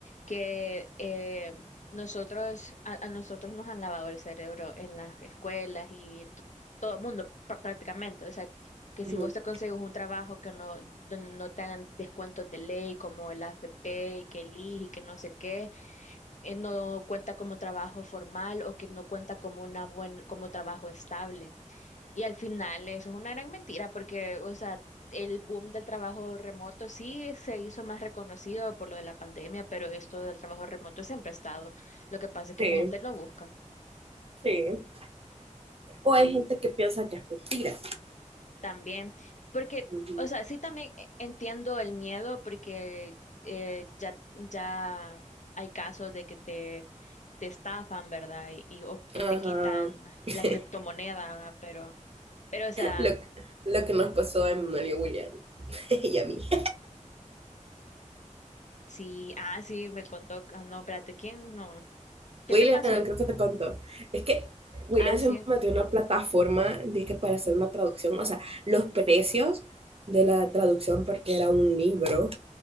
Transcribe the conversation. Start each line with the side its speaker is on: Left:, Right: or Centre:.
Left: que eh, nosotros, a, a nosotros nos han lavado el cerebro en las escuelas y t- todo el mundo pr- prácticamente. O sea, que
Right: Ujú.
Left: si vos te consigues un trabajo que no, donde no te hagan descuentos de ley como el AFP y que el IJ y que no sé qué, eh, no cuenta como trabajo formal o que no cuenta como una buen, como trabajo estable. Y al final eso es una gran mentira porque, o sea, el boom del trabajo remoto sí se hizo más reconocido por lo de la pandemia, pero esto del trabajo remoto siempre ha estado. Lo que pasa es que
Right: Sí,
Left: la gente lo busca
Right: sí. O hay gente que piensa que es mentira.
Left: también, porque,
Right: Ujú.
Left: o sea, sí también entiendo el miedo porque eh, ya, ya hay casos de que te, te estafan, ¿verdad? Y, y- o que
Right: Ajá.
Left: te quitan
Right: <laughs>
Left: la criptomoneda, ¿va? Pero, pero, o sea...
Right: lo, lo que nos pasó a Emanuel y William <laughs> y a mí.
Left: Sí, ah, sí, me contó, ah, no, espérate, ¿quién? No. ¿Qué
Right: William,
Left: te pasó?
Right: creo que te contó. Es que William
Left: Ah,
Right: se
Left: sí.
Right: metió en una plataforma dizque para hacer una traducción. O sea, los precios de la traducción, porque era un libro